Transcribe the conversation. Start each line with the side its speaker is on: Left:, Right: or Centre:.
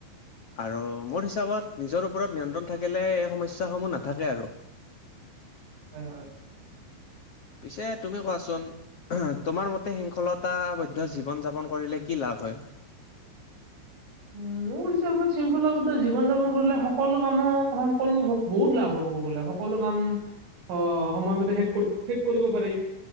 Left: আৰু মোৰ হিচাপত নিজৰ ওপৰত নিয়ন্ত্ৰণ থাকিলে এই সমস্যাসমূহ নাথাকে আৰু।
Right: হয়, হয়।
Left: পিছে তুমি কোৱাচোন, তোমাৰ মতে শৃংখলতাবদ্ধ জীৱন যাপন কৰিলে কি লাভ হয়?
Right: উম ত শৃংখলাবতা জীৱন যাপন কৰিলে সকলো কামৰ সকলো বহুত লাভ হয় কব গ'লে সকলো কাম আহ সময়মতে শেষ শেষ কৰিব পাৰি।